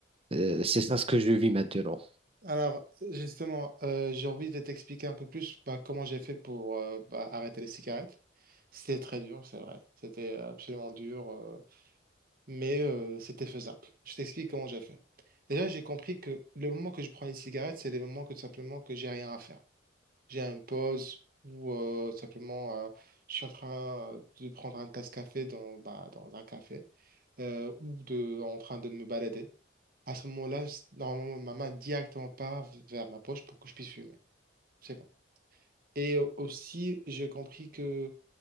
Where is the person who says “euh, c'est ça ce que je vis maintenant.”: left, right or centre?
Right